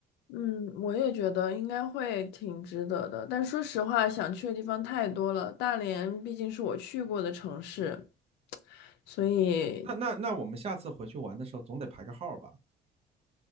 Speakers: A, on the left (about 85°); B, on the right (about 35°).
A: 嗯，我也觉得应该会挺值得的，但说实话，想去的地方太多了。大连毕竟是我去过的城市，所以
B: 那那那我们下次回去玩的时候总得排个号吧？